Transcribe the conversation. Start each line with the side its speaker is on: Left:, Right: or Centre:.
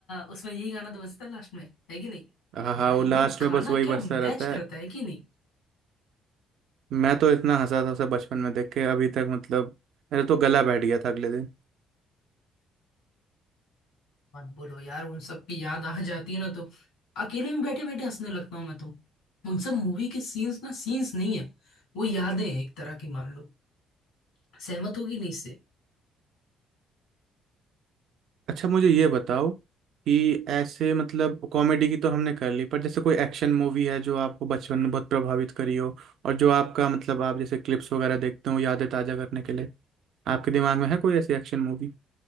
Left: उसमें यही गाना तो बजता है लास्ट में है कि नहीं
Right: हाँ
Left: भाई
Right: हाँ वो लास्ट
Left: वो
Right: में
Left: गाना
Right: बस वही बचता
Left: क्या मैच
Right: रहता
Left: करता
Right: है
Left: है कि नहीं
Right: मैं तो इतना हंसा था उसे बचपन में देख के अभी तक मतलब मेरा तो गला बैठ गया था अगले दिन
Left: मत बोलो यार उन सब की याद आ जाती है ना तो अकेले में बैठे बैठे हंसने लगता हूँ मैं तो उन सब मूवी के सीन्स ना सीन्स नहीं है वो यादें हैं एक तरह की मान लो सहमत होगी नहीं इससे
Right: अच्छा मुझे ये बताओ कि ऐसे मतलब कॉमेडी की तो हमने कर ली पर जैसे कोई एक्शन मूवी है जो आपको बचपन में बहुत प्रभावित करी हो और जो आपका मतलब आप जैसे क्लिप्स वगैरह देखते हो यादें ताजा करने के लिए आपके दिमाग में है कोई ऐसी एक्शन मूवी